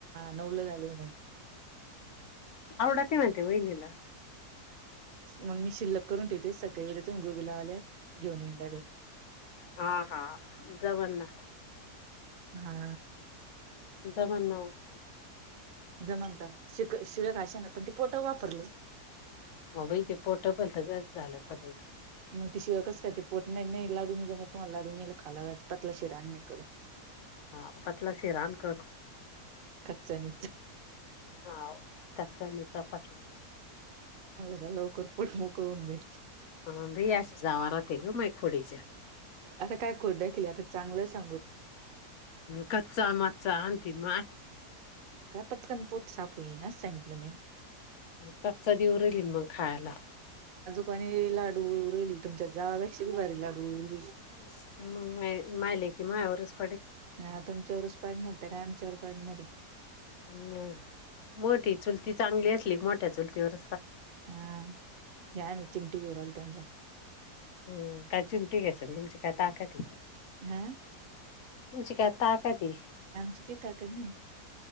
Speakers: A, on the right (about 65°); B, on the left (about 60°).
A: नवलं झाले म्हणा <inaudible>
B: आडतेे मते वाहिनीला
A: मग मी शिल्लक करून ठेते सकाळी व तुंगू बिलावाल्या घेऊन येनड
B: हा हा. जमन ना
A: हा
B: <inaudible>
A: <inaudible>
B: हो बा तेे पोर्टेबलच झालं करंट
A: मग ती शिळ कस काय ते पोट नाही नाही लाडून म तुम्हाला लाडूनल खालााय पतला शिरा आण नाही करत.
B: हा पतला <inaudible>
A: <inaudible> चांगलं
B: हा कच्चा निचा पतला
A: का लवकर पोट मोकळवून देई
B: ह भे अस जाव तेच म खोडी
A: आता काय कोड केली आता चांगलंच <inaudible>
B: कच्चा मच्चा आणती माय
A: पटकन पोट साप होईन अस सांगितल म्या
B: कच्चा दि उरली मग खायला
A: पणी लाडू उरहिली तुमच्या जापेक्षा बी भारी लाडूळ उरली
B: <inaudible>
A: नाही तुमच्यावरच पाडणार त्या का आमच्यावर पाडणार आहे,
B: ना. मोठी चुलती चांगली असली मोठ्या चुलतीवर
A: हा नाहीय मी चिमट घेऊ राहिले त्यांला
B: हो काय चिमटी घ्यास ना तुमची काय ताकद
A: हा
B: तुमची काय ताकती
A: आमची काही ताकद नाही